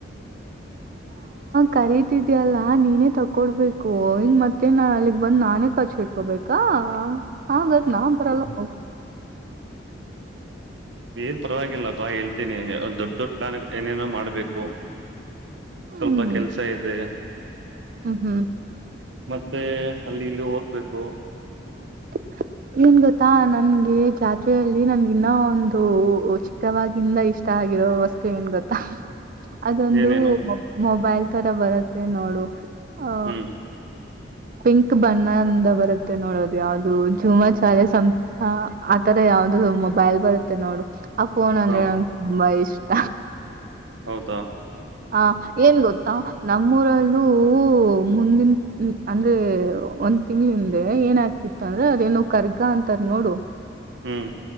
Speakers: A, on the right; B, on the right.
A: ಕರೀತಿದ್ಯಲ್ಲಾ ನೀನೇ ತಕೊಡ್ಬೇಕು ಹಿಂಗ ಮತ್ತೆ ಅಲ್ಲಿಗ್ ಬಂದ್ ನಾನೇ ಖರ್ಚು ಇಡ್ಕೊಬೇಕಾ ಹ ಹ ಬ ನಾ ಬರಲ್ಲ ಹ
B: ಏನ್ ಪರವಾಗಿಲ್ಲ ಬಾ ಹೇಳ್ತೀನಿ ದೊಡ್ಡ ದೊಡ್ ಪ್ಲಾನ್ ಏನೇನೋ ಮಾಡ್ಬೇಕು
A: ಹ್ಮ್
B: ಸ್ವಲ್ಪ ಕೆಲ್ಸ ಇದೆ
A: ಹ್ಮ್ ಹ್ಮ್
B: ಮತ್ತೆ ಅಲ್ಲಿ ಇಲ್ಲಿ ಹೋಗ್ಬೇಕು
A: <unintelligible> ಏನ್ ಗೊತ್ತಾ ನನ್ಗೆ ಜಾತ್ರೆಯಲ್ಲಿ ನನ್ಗ ಇನ್ನ ಒಂದು ಚಿಕ್ಕವಾಗಿಂದ ಇಷ್ಟ ಆ ಆಗಾಗಿರೋ ವಸ್ತು ಏನ್ ಗೊತ್ತಾ ಅದೊಂದು
B: ಏನೇನು
A: ಮೊಬೈಲ್ ತರ ಬರುತ್ತೆ ನೋಡು ಆ
B: ಹ್ಮ್
A: ಪಿಂಕ್ ಬಣ್ಣಂದ ಬರುತ್ತೆ ನೋಡದು ಯಾವ್ದದು ಝೂಮಾಚಾಲೆ ಸಂಥ ಆತರ ಯಾವ್ದು ಮೊಬೈಲ್ ಬರುತ್ತೆ ನೋಡು ಆ ಫೋನ್ ಅಂದ್ರೆ
B: ಹ
A: ನಂಗೆ ತುಂಬಾ ಇಷ್ಟ
B: ಹೌದಾ
A: ಹ ಏನ್ ಗೊತ್ತಾ ನಮ್ಮೂರಲ್ಲೂ ಮುಂದಿನ ಅಂದ್ರೆ ಒಂದ್ ತಿಂಗ್ಳಿಂದೆ ಏನ ಆಾಗಗ್ತಿತ್ತು ಅಂದ್ರ ಅದೇನೋ ಕರ್ಗ ಅಂತಾರ ನೋಡು
B: ಹ್ಮ್